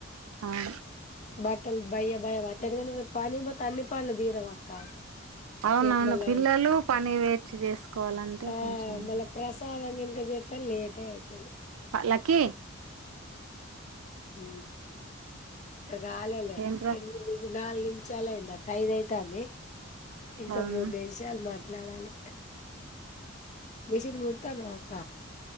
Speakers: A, on the right; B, on the left.
A: అవును
B: బాటల్ భయం భ ఎందుకంట పని పోతే అన్ని పనులు తీర అక్క,
A: అవునవును
B: రేపు మళ్ళా
A: పిల్లలు పని వేచి చేసుకోవాలంటే
B: ఆ
A: కొంచెం ఇది.
B: మళ్ళ ప్రసాదం ఇంకా త్తా లేట్ అయితది
A: పల్లకి
B: హ ఇక కాలేలే
A: ఏం ప్రశ్న
B: ఏన్ మీ ఇ నాలుగు నిమిషల అయ్ తైదయితే <unintelligible> ఇంకా
A: అవును
B: మూడు నిమిషాలు మాట్ మాట్లాడాలి మెషన్ గు త్తను అక్క